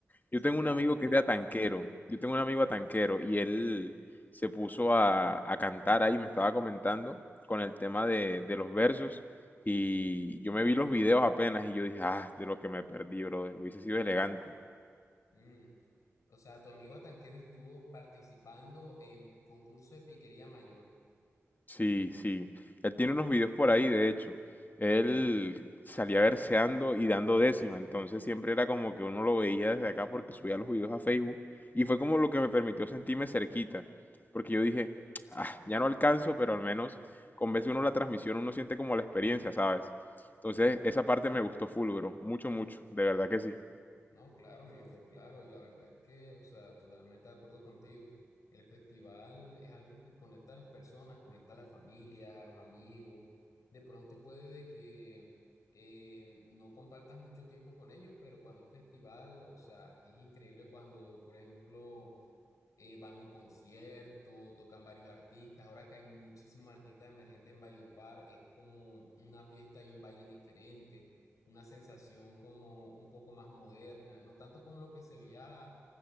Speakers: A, on the left; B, on the left.
A: sí,
B: Yo tengo
A: claro,
B: un amigo
A: mi hermano.
B: que es de Atanquero. Yo tengo un amigo Atanquero y él se puso a, a cantar ahí, me estaba comentando con el tema de, de los versos. Y yo me vi los videos apenas y yo dije, ah, de lo que me perdí, brother. Hubiese sido elegante.
A: Mm, O sea, tu amigo Tanquero estuvo participando en concurso de piquería mayor,
B: Sí, sí. Él tiene unos videos por ahí, de hecho. Él salía verseando y dando décima, entonces siempre era como que uno lo veía desde acá porque subía los videos a Facebook y fue como lo que me permitió sentirme cerquita, porque yo dije, ah, ya no alcanzo, pero al menos con veces uno la transmisión uno siente como la experiencia, ¿sabes? Entonces
A: ¿no?
B: esa parte me gustó full, bro, mucho, mucho, de verdad que sí.
A: No, claro, mi bro, claro. Y la verdad es que, o sea, totalmente de acuerdo contigo. El festival es algo que conecta a las personas, conecta a las familias, a los amigos. De pronto puede de que eh, no compartas mucho tiempo con ellos, pero cuando es festival, o sea, es increíble cuando, por ejemplo, eh, van a un concierto, tocan varios artistas. Ahora que hay muchísimos artistas emergentes en Valledupar, es como una fiesta y un baile diferente, una sensación como un poco más moderna, no tanto como lo que se veía